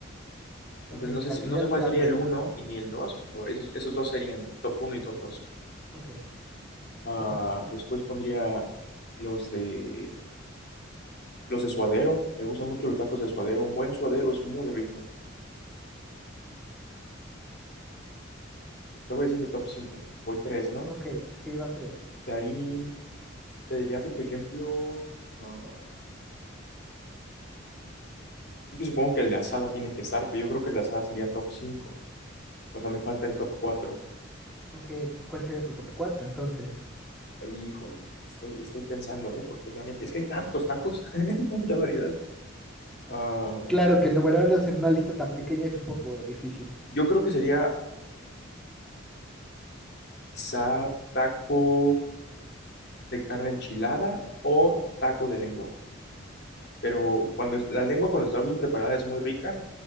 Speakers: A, on the left; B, in the centre.
A: Entonces,
B: ok,
A: no
B: que
A: sé
B: la
A: si,
B: calidad
A: no sé cuál
B: sea
A: sería
B: buena.
A: el uno y ni el dos, pero esos, esos dos serían ¿no? top uno y top dos.
B: Ok,
A: Ah,
B: ¿qué más?
A: después pondría los de... Los de suadero, me gustan mucho los tacos de suadero. Un buen suadero es muy rico. Te voy a decir mi top cinco Voy tres ¿no?
B: Ok, te llevas tres.
A: De ahí te diría que, por ejemplo, ah, es que supongo que el de asada tiene que estar, pero yo creo que el de asada sería top cinco O sea, me falta el top 4.
B: Ok, ¿cuál sería tu top 4 entonces?
A: Híjole, estoy, estoy pensando, ¿eh? Porque realmente es que hay tantos tacos, <laughs> tanta variedad. Ah,
B: Claro que el numerarlos en una lista tan pequeña es un poco difícil.
A: yo creo que sería quizá taco de carne enchilada o taco de lengua. Pero cuando la lengua cuando está bien preparada es muy rica